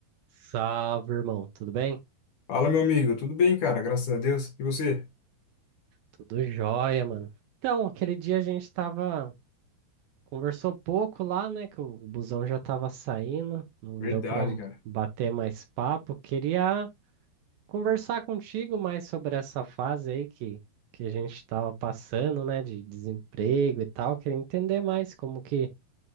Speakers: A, on the right (about 70°); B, on the left (about 55°).
A: Salve, irmão. Tudo bem?
B: Fala, meu amigo. Tudo bem, cara? Graças a Deus. E você?
A: Tudo jóia, mano. Então, aquele dia a gente tava. Conversou pouco lá, né? Que o busão já tava saindo. Não
B: Verdade,
A: deu pra
B: cara.
A: bater mais papo. Queria conversar contigo mais sobre essa fase aí que, que a gente tava passando, né? De desemprego e tal. Queria entender mais como que,